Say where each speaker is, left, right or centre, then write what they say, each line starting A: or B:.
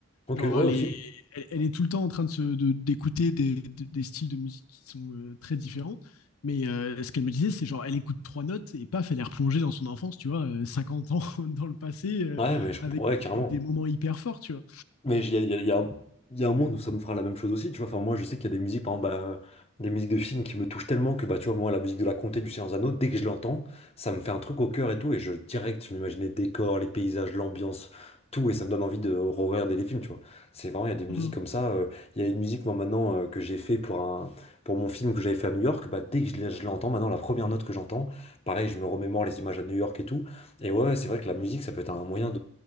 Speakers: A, on the left (about 25°); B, on the left (about 80°).
A: Ok,
B: Genre,
A: ouais
B: elle
A: aussi.
B: est, elle, elle est tout le temps en train de d'écouter de, d'écouter des, de, des, styles de musique qui sont euh, très différents. Mais euh, ce qu'elle me disait, c'est genre, elle écoute trois notes et paf, elle est replongée dans son enfance, tu vois, euh, 50 ans <laughs> dans le passé, euh,
A: Ouais, mais je
B: avec
A: comprends, ouais, carrément.
B: des, des, moments hyper forts, tu vois.
A: Mais il y a, il y a- il y a un il y a un monde où ça nous fera la même chose aussi, tu vois. Enfin, moi, je sais qu'il y a des musiques, par exemple, bah, euh, des musiques de films qui me touchent tellement que, bah, tu vois, moi, la musique de La Comté du Seigneur des Anneaux, dès que je l'entends, ça me fait un truc au cœur et tout. Et je, direct, je m'imagine les décors, les paysages, l'ambiance, tout. Et ça me donne envie de regarder les films, tu vois. C'est vraiment, il y a des musiques
B: Mmh.
A: comme ça. euh, il y a une musique, moi, maintenant, euh, que j'ai fait pour un, pour mon film que j'avais fait à New York. Bah, dès que je l'ai- je l'entends, maintenant, la première note que j'entends, pareil, je me remémore les images à New York et tout. Et ouais, c'est vrai que la musique, ça peut être un moyen